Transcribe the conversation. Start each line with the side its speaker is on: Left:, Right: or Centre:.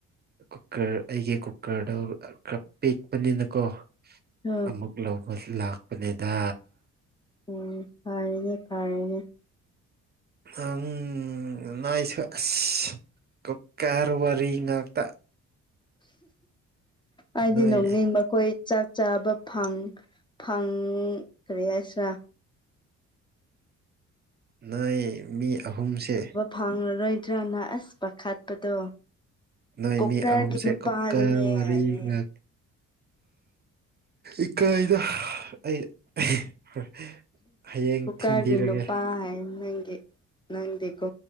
Right: ꯀꯨꯀꯔ ꯑꯩꯒꯤ ꯀꯨꯀꯔꯗꯣ ꯈꯔ ꯄꯤꯛꯄꯅꯤꯅꯀꯣ
Left: ꯎꯝ
Right: ꯑꯃꯨꯛ ꯂꯧꯕ ꯂꯥꯛꯄꯅꯤꯗ
Left: ꯎꯝ ꯐꯔꯦꯅꯦ ꯐꯔꯦꯅꯦ
Right: ꯑꯪ ꯅꯥꯏꯁꯨ ꯑꯁ ꯀꯨꯀꯔ ꯋꯥꯔꯤ ꯉꯥꯛꯇꯥ
Left: ꯑꯩꯗꯤ
Right: ꯅꯣꯏ
Left: ꯅꯣꯛꯅꯤꯡꯕ ꯑꯩꯈꯣꯏ ꯆꯥꯛ ꯆꯥꯕ ꯐꯪ ꯐꯪ ꯀꯔꯤ ꯍꯥꯏꯁꯤꯔꯥ
Right: ꯅꯣꯏ ꯃꯤ ꯑꯍꯨꯝꯁꯦ
Left: ꯐꯪꯔꯔꯣꯏꯗ꯭ꯔꯥꯅ ꯑꯁ ꯄꯥꯈꯠꯄꯗꯣ
Right: ꯅꯣꯏ
Left: ꯀꯨꯀꯔꯒꯤ
Right: ꯃꯤ ꯑꯍꯨꯝꯁꯦ
Left: ꯅꯨꯄꯥꯗꯨꯅꯦ
Right: ꯀꯨꯀꯔ ꯋꯥꯔꯤ
Left: ꯍꯥꯏꯌꯦ
Right: ꯉꯥꯛ ꯏꯀꯥꯏꯗ ꯑꯩ <unintelligible> ꯍꯌꯦꯡ
Left: ꯀꯨꯀꯥꯔꯒꯤ
Right: ꯊꯤꯟꯕꯤꯔꯒꯦ
Left: ꯅꯨꯄꯥ ꯍꯥꯏ ꯅꯪꯒꯤ ꯅꯪꯗꯤꯀꯣ